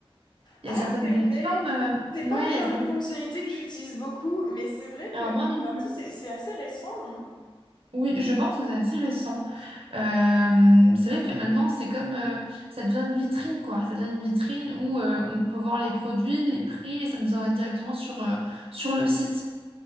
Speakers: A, on the right; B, on the left.
A: Il
B: Ah,
A: y a certaines
B: c'est
A: plateformes.
B: vrai.
A: euh,
B: C'est
A: Ouais,
B: pas
A: il
B: encore
A: y a certaines.
B: une fonctionnalité que j'utilise beaucoup, mais c'est vrai que
A: Alors,
B: c'est
A: moi non plus.
B: sorti, c'est c'est assez récent, non?
A: Oui, je pense que c'est assez récent. Euh, c'est vrai que maintenant, c'est comme. euh, ça devient une vitrine, quoi. Ça devient une vitrine où euh, on peut voir les produits, les prix, et ça nous emmène directement sur, euh, sur le site.